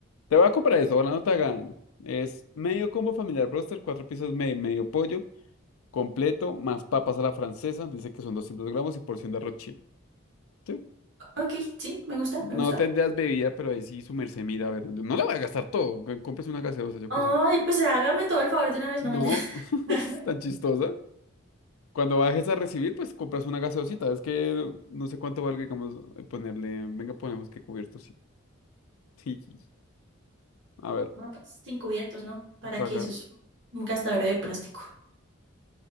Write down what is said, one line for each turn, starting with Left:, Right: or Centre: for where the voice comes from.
Left: te voy a comprar eso, ojalá no te haga daño. Es medio combo familiar broster, cuatro piezas medio, medio pollo, completo, más papas a la francesa, dice que son 200 gramos y porción de arroz chino. Sí.
Right: Ok, sí, me gusta,
Left: No
Right: me gusta.
Left: tendrías bebida, pero ahí sí su merced mira, a ver, no la va a gastar todo, c- cómprese una gaseosa, yo
Right: Ay,
Left: qué sé.
Right: pues hágame todo el favor de una vez,
Left: No,
Right: no me interesa
Left: <laughs>
Right: <laughs>
Left: es tan chistosa. Cuando bajes a recibir, pues compras una gaseosita. Es que no sé cuánto valga, digamos, eh, ponerle. Venga, ponemos que cubierto, sí. <laughs> Sí. sí, sí. A ver,
Right: No, pues sin cubiertos, ¿no? ¿Para
Left: pagar.
Right: qué? Eso es un gastadero de plástico.